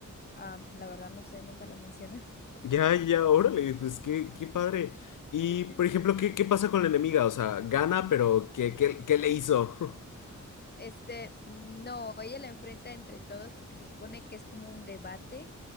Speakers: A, on the left; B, on the left.
A: Ah, la verdad no sé, nunca lo mencionas.
B: Ya, ya, órale, pues qué, qué padre. Y,
A: <laughs>
B: por ejemplo, ¿qué, qué pasa con la enemiga? O sea, gana, pero ¿qué, qué, qué le hizo? <laughs>
A: Este, no, ella la enfrenta entre todos porque se supone que es como un debate.